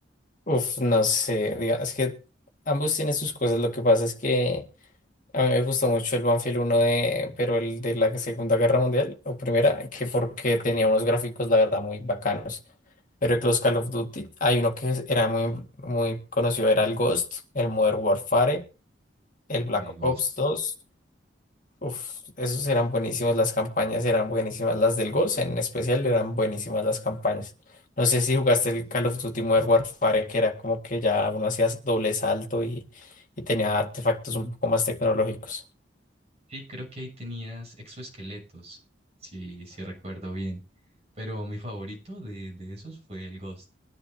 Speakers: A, on the left; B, on the right.
A: Uf, no sé, diga- es que ambos tienen sus cosas. Lo que pasa es que A mí me gustó mucho el Banfield uno de, pero el de la Segunda Guerra Mundial o Primera, que porque tenía unos gráficos, la verdad, muy bacanos. Pero el Close Call of Duty, hay uno que es- era muy, muy conocido, era el Ghost, el Modern Warfare, el Black
B: Y el Ghost.
A: Ops dos Uf, esos eran buenísimos, las campañas eran buenísimas, las del Ghost en especial eran buenísimas las campañas. No sé si jugaste
B: Uy,
A: el
B: sí.
A: Call of Duty Modern Warfare, que era como que ya uno hacía doble salto y, y tenía artefactos un poco más tecnológicos.
B: Sí, creo que ahí tenías exoesqueletos. Sí, sí recuerdo bien. Pero mi favorito de, de esos fue el Ghost.